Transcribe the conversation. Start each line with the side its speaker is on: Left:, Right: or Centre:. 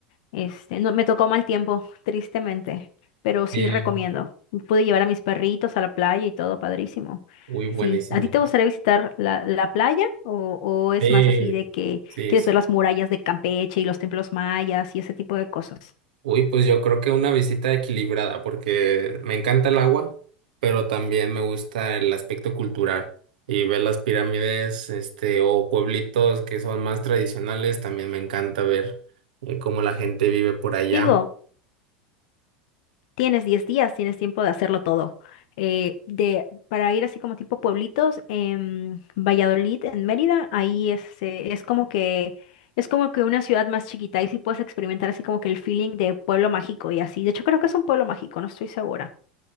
Left: Este, no, me tocó mal tiempo, tristemente, pero sí
Right: eh,
Left: recomiendo. Pude llevar a mis perritos a la playa y todo, padrísimo.
Right: uy, buenísimo,
Left: Sí, ¿a ti te gustaría visitar la, la playa o, o es
Right: sí,
Left: más así de que
Right: sí,
Left: quieres
Right: sí.
Left: ver las murallas de Campeche y los templos mayas y ese tipo de cosas?
Right: Uy, pues yo creo que una visita equilibrada, porque me encanta el agua, pero también me gusta el aspecto cultural. Y ver las pirámides, este, o pueblitos que son más tradicionales, también me encanta ver eh, cómo la gente vive por allá.
Left: Digo, Tienes 10 días, tienes tiempo de hacerlo todo. Eh, de, para ir así como tipo pueblitos, en Valladolid, en Mérida, ahí es, eh, es como que es como que una ciudad más chiquita y sí puedes experimentar así como que el feeling de pueblo mágico y así. De hecho, creo que es un pueblo mágico, no estoy segura.